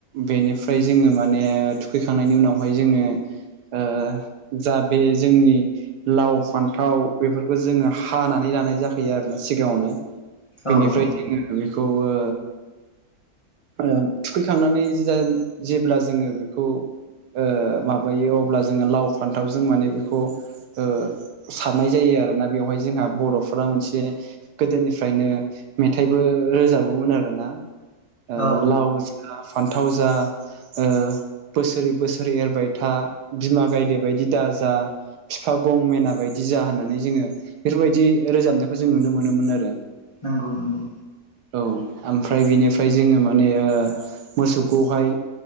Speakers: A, on the right (about 80°); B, on the left (about 20°).
A: बेनिफ्राय जोङो माने थुखैखांनायनि उनावहाय जोङो ओ जा बे जोंनि लाव फान्थाव बेफोरखौ जोङो हानानै लानाय जाखोयो आरोना सिगाङावनो बेनिफ्राय
B: औ औ
A: जोङो बेखौ ओ ओ थुखैखांनानै जा <unintelligible> जेब्ला जोङो बेखौ ओ माबायो अब्ला जोङो लाव फान्थावजों माने बेखौ ओ सारनाय जायो आरोना बेवहाय जोंहा बर'फोरा मोनसे गोदोनिफ्रायनो मेथाइबो रोजाबोमोन आरोना ओ
B: औ
A: लाव <unintelligible> फान्थाव जा ओ बोसोरै बोसोरै एरबाय था बिमा गायदे बायदि दा जा बिफा गंमेना बायदि जा होननानै जोङो बेफोरबायदि रोजाबनायखौ जों नुनो मोनोमोन आरो।
B: नंगौ नंगौ।
A: औ ओमफ्राय बिनिफ्राय जोङो माने ओ मोसौखौहाय